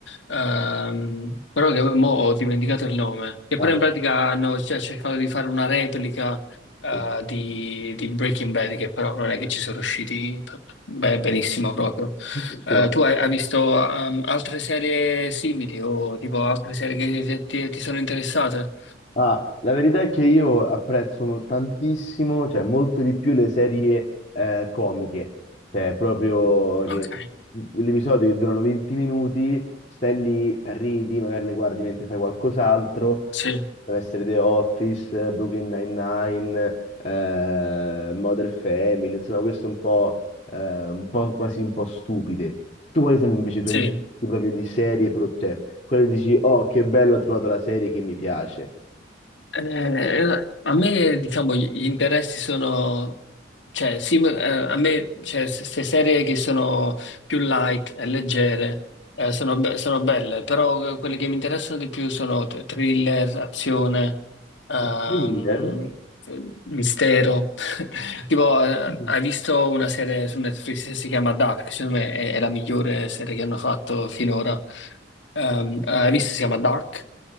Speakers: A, on the left; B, on the left.
A: Ehm, però che mo ho dimenticato il nome, che però
B: Ah,
A: in pratica hanno cioè, cercato di fare una replica eh,
B: ok.
A: di, di Breaking Bad, che però non è che ci sono riusciti p- be- benissimo proprio.
B: Ok.
A: Eh, tu hai, hai visto ehm, altre serie simili o tipo altre serie che ti, ti sono interessate?
B: Ah, la verità è che io apprezzo tantissimo, cioè molto di più le serie eh, comiche, cioè proprio che
A: Ok.
B: gli episodi che durano 20 minuti, stai lì, ridi, magari le guardi mentre fai qualcos'altro,
A: Sì,
B: deve essere The Office, eh, Brooklyn Nine-Nine, eh, Modern Family, insomma queste un po', eh, un po' quasi un po' stupide. Tu quali sono invece i tuoi
A: sì.
B: gusti proprio di serie, pro- cioè quelle dici, oh che bello ho trovato la serie che mi piace?
A: Eh, a me, diciamo, gli gli interessi sono, cioè, sì, ma, eh, a me, cioè, queste serie che sono più light e leggere, eh, sono, be- sono belle, però eh, quelle che mi interessano di più sono t- thriller, azione, ehm,
B: A thriller?
A: mistero. <laughs> Tipo, eh,
B: Mm.
A: hai visto una serie su Netflix che si chiama Dark? Secondo me è, è la migliore serie che hanno fatto finora. Ehm, hai visto? Si chiama Dark?